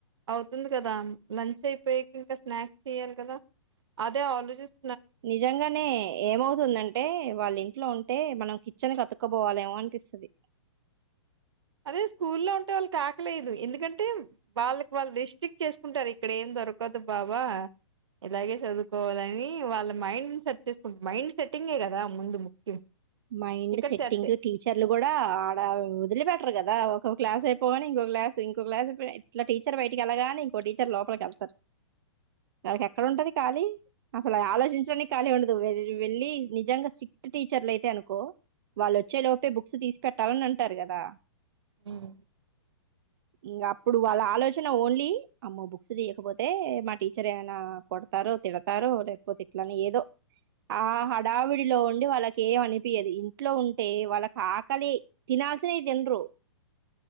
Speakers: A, on the right; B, on the right.
A: అవుతుంది కదా, లంచ్ అయిపోయికి ఇంకా స్నాక్స్ చెయ్యాలి కదా అదే ఆలో చిస్.
B: నిజంగానే ఏమవుతుందన్ టే వాళ్ళింట్లో ఉంటే మనం కిచెన్ కు అతుక్కపోవాలేమో అనిపిస్తది
A: అదే స్కూల్లో ఉంటే వాళ్ళు కాకలెయ్ దు ఎందుకంటే వాళ్ళకి వాళ్ళు రిస్ట్రిక్ట్ చేసుకుంటారు ఇక్కడ ఏం దొరకదు బావా ఇలాగే చదువుకోవాలని వాళ్ళ మైండ్ సెట్ చేసుకుంట మైండ్ సెట్టింగే కదా ముందు ముఖ్యం
B: మైండ్
A: ఇక్కడ
B: సెట్టింగ్
A: సెట్ చే
B: టీచర్లు కూడా ఆడ వదిలి పెట్టరు కదా ద ఒకొ క్లాస్ అయిపోగానే ఇంకొక క్లాస్ ఇంకోక క్లాస్ అయిపొ ఇట్లా టీచర్ బయటికి వెళ్ళగానే ఇంకో టీచర్ లోపలికెళ్తారు వాళ్ళకెక్కడుంటది ఖాళీ అసలు ఆలోచించాని ఖాళీ ఉండదు వెళ్లి నిజంగా స్ట్రిక్ట్ టీచర్లు అయి తే అనుకో వాళ్ళొచ్చే లోపే బుక్స్ తీసి పెట్టాలని అంటారు కదా
A: ఉమ్
B: ఇంగప్పుడు వాళ్ళ ఆలోచన ఓన్లీ అమ్మో బుక్స్ తీయకపోతే మా టీచర్ ఏమైనా కొడతారో తిడతారో లేకపోతే ఇట్లనే ఏదో ఆ హడావిడిలో ఉండి వాళ్ళకి ఏం అనిపియ్యదు ఇంట్లో ఉంటే వాళ్ళకి ఆకలి తినాల్సినవి తినరు